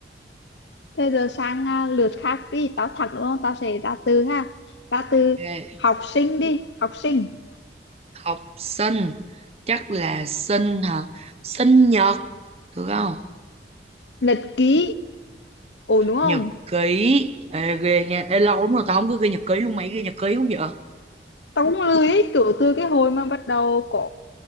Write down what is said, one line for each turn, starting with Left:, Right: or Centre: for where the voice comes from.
Left: Thế giờ sang à, lượt khác đi, tao thật đúng không? Tao sẽ ra từ ha. Ra từ
Right: Ok
Left: học sinh đi, học sinh.
Right: Học sinh Chắc là sinh hả Sinh nhật Được không
Left: Nhật ký. Ổn đúng không?
Right: nhật ký Ê, ghê nha Ê, lâu lắm rồi tao không có ghi nhật ký luôn mày ghi nhật ký không vậy
Left: tao cũng lười ấy, kiểu từ cái hồi mà bắt đầu có